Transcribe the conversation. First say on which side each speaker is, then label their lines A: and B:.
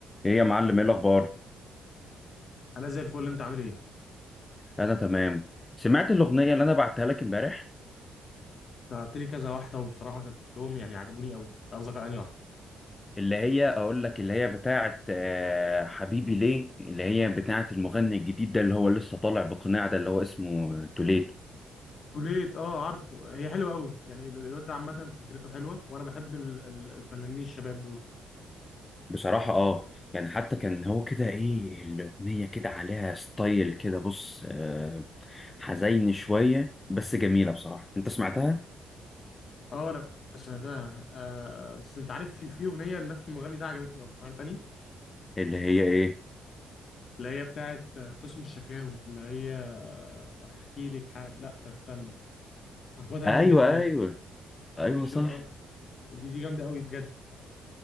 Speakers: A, on the left; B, on the left.
A: ايه يا معلم ايه الاخبار
B: انا زي الفل انت عامل ايه انت
A: انا تمام سمعت الاغنيه اللي انا بعتها لك امبارح
B: بعت لي كذا واحده وبصراحه كلهم يعني عجبوني قوي قصدك على انهي واحده
A: اللي هي اقول لك اللي هي بتاعه آه، حبيبي ليه اللي هي بتاعه المغني الجديد ده اللي هو لسه طالع بقناع ده اللي هو اسمه توليت
B: كليت اه عارفه هي حلوه قوي يعني ال- الواد ده عامه فكرته حلوه وانا بحب ال- ال- الفنانين الشباب دول
A: بصراحه اه يعني حتى كان هو كده ايه الاغنيه كده عليها ستايل كده بص آه، حزين شويه بس جميله بصراحه انت سمعتها
B: اه انا سمعتها آه بس انت عارف في في اغنيه لنفس المغني ده عجبتني اكتر عارف اني
A: اللي هي ايه
B: اللي هي بتاعه آه، قسم الشكاوي اللي هي آه، هحكي لك حق... لا استنى هاخدها
A: ايوه
B: من بيتها
A: ايوه ايوه
B: السبيشال
A: صح
B: اه دي دي جامده قوي بجد